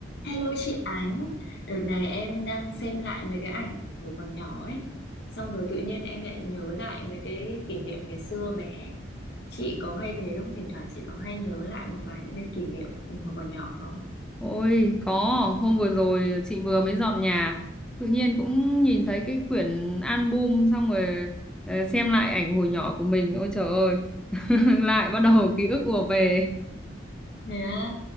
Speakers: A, on the left; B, in the centre.
A: Hello chị Ánh, đợt này em đang xem lại mấy cái ảnh hồi còn nhỏ ấy. Xong rồi tự nhiên em lại nhớ lại mấy cái kỷ niệm ngày xưa bé. Chị có hay thế không? Thỉnh thoảng chị có hay nhớ lại một vài những cái kỷ niệm hồi còn nhỏ không?
B: Ôi có hôm vừa rồi chị vừa mới dọn nhà tự nhiên cũng nhìn thấy cái quyển album xong rồi ờ, xem lại ảnh hồi nhỏ của mình ôi trời ơi <laughs> lại bắt đầu ký ức ùa về
A: Thế á.